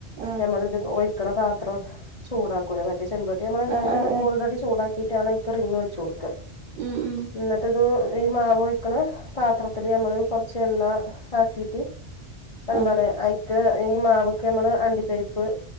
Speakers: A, on the right; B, on the left.
A: ആഹ്
B: ഞമ്മള് ഇത് ഒഴിക്കണ പത്രം ചൂടാക്കൂലെ മറ്റേ ചെമ്പാട്ടി '' മ്മ എന്തായാലും
A: ആഹ് ആഹ് ആഹ്
B: ഓൾറെഡി ചൂടാക്കിട്ടാണ് ഈ റിഗ് വെച്ച കൊടുക്ക.
A: ഉം ഉം
B: എന്നിട്ട് ഇത് ഈ മാവ് ഒഴിക്കണ പാത്രത്തിൽ നമ്മൾ കുറച്ച് എണ്ണ ആക്കിയിട്ട്. എന്താണ്
A: ആഹ്
B: ആയിക് ഈ മാവക്ക് നമ്മള് അണ്ടി പരിപ്പ്''